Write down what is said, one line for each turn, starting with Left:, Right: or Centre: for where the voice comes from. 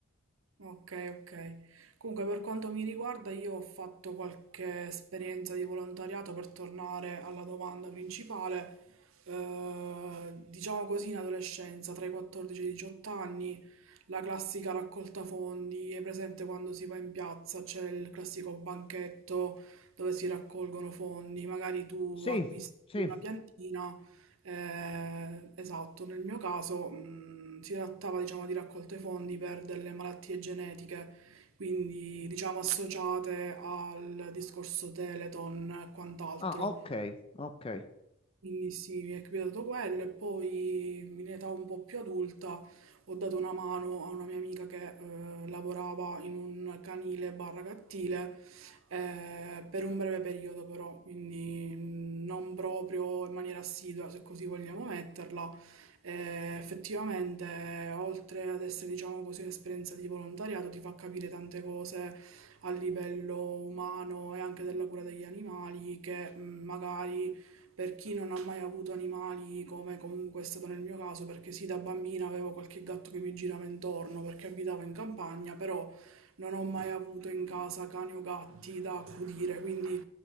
Right: Ok, ok. Comunque, per quanto mi riguarda, io ho fatto qualche esperienza di volontariato per tornare alla domanda principale. Eh, diciamo così, in adolescenza, tra i 14 e i 18 anni, la classica raccolta fondi è presente quando si va in piazza, c'è il classico banchetto dove si raccolgono fondi, magari tu
Left: Sì,
Right: acquisti
Left: sì.
Right: una piantina eh, esatto, nel mio caso, mh, si trattava, diciamo, di raccolte fondi per delle malattie genetiche, quindi, diciamo, associate al discorso Teleton e quant'altro.
Left: Ah, ok, ok.
Right: Quindi sì, mi è capitato quello e poi in età un po' più adulta ho dato una mano a una mia amica che eh, lavorava in un canile barra cattile eh, per un breve periodo però, quindi mh, non proprio in maniera assidua se così vogliamo metterla. Eh, effettivamente, oltre ad essere diciamo così un'esperienza di volontariato, ti fa capire tante cose a livello umano e anche della cura degli animali che mh, magari per chi non ha mai avuto animali, come comunque è stato nel mio caso, perché sì, da bambina avevo qualche gatto che mi girava intorno perché abitavo in campagna, però non ho mai avuto in casa cani o gatti da accudire, quindi